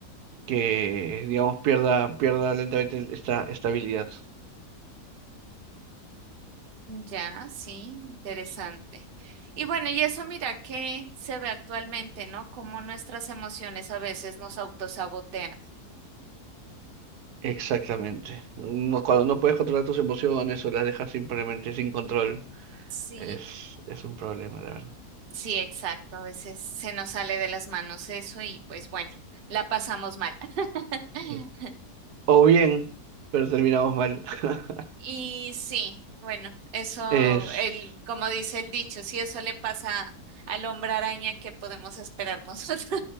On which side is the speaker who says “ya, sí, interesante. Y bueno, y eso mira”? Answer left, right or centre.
Right